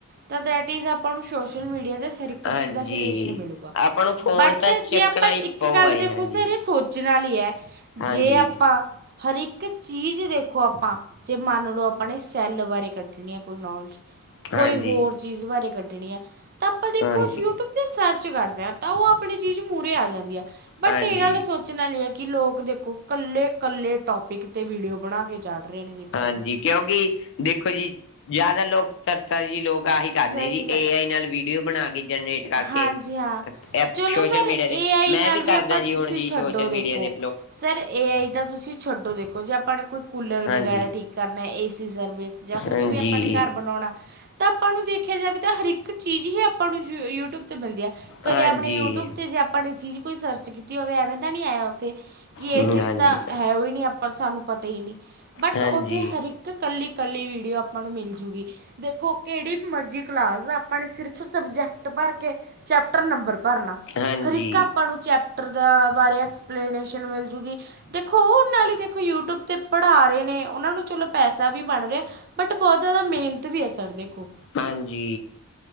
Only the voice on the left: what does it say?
ਹਾਂਜੀ,
ਆਪਾਂ ਨੂੰ ਫੋਨ
ਤਾਂ ਚੱਕਣਾ
ਹੀ
ਪਊਗਾ
ਜੀ
ਹਾਂਜੀ।
ਹਾਂਜੀ,
ਹਾਂਜੀ,
ਹਾਂਜੀ,
ਹਾਂਜੀ,
ਹਾਂਜੀ
ਕਿਉਂਕਿ ਦੇਖੋ ਜੀ ਜਾਦਾ ਲੋਕ ਚਰਚਾ ਜੀ ਲੋਕ ਆਹੀ
ਕਰਦੇ ਜੀ
ਏ ਆਈ ਨਾਲ ਵੀਡੀਓ ਬਣਾ ਕੇ ਜਨਰੇਟ ਕਰਕੇ
ਐਪ
ਸੋਸ਼ਲ
ਮੀਡੀਆ
ਦੀ,
ਮੈਂ
ਵੀ ਕਰਦਾ
ਜੀ
ਹੁਣ ਜੀ
ਸੋਸ਼ਲ
ਮੀਡੀਆ ਦੇ
ਹਾਂਜੀ,
ਹਾਂਜੀ,
ਹਾਂਜੀ,
ਹਾਂਜੀ,
ਹਾਂਜੀ।
ਹਾਂਜੀ,
ਹਾਂਜੀ,
ਹਾਂਜੀ